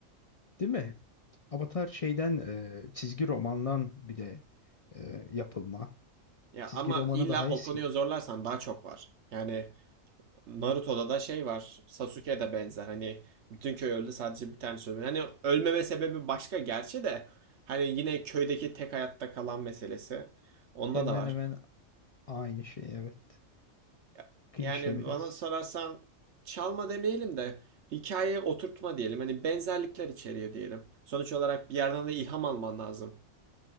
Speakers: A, on the left (about 70°); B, on the right (about 60°).
A: Değil mi? Avatar şeyden e, çizgi romandan bir de e, yapılma.
B: Ya
A: Çizgi
B: ama
A: romanı
B: illa
A: daha eskidir.
B: o konuyu zorlarsan daha çok var. Yani Naruto'da da şey var. Sasuke de benzer. Hani bütün köy öldü sadece bir tanesi öldü. Hani ölmeme sebebi başka gerçi de. Hani yine köydeki tek hayatta kalan meselesi. Onda
A: Hemen
B: da var.
A: hemen aynı şey evet.
B: Ya-
A: Klişe
B: Yani
A: biraz.
B: bana sorarsan çalma demeyelim de hikayeye oturtma diyelim. Hani benzerlikler içeriyor diyelim. Sonuç olarak bir yerden de ilham alman lazım.